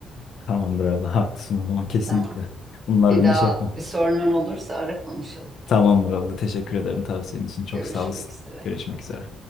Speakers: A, on the left; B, on the right.
A: Tamamdır abla. Haklısın o zaman kesinlikle.
B: Tamam.
A: Bunlar
B: Bir
A: beni
B: daha
A: şey yapma.
B: bir sorunun olursa ara konuşalım.
A: Tamamdır abla. Teşekkür ederim tavsiyen için. Çok
B: Görüşmek
A: sağ olasın.
B: üzere.
A: Görüşmek üzere.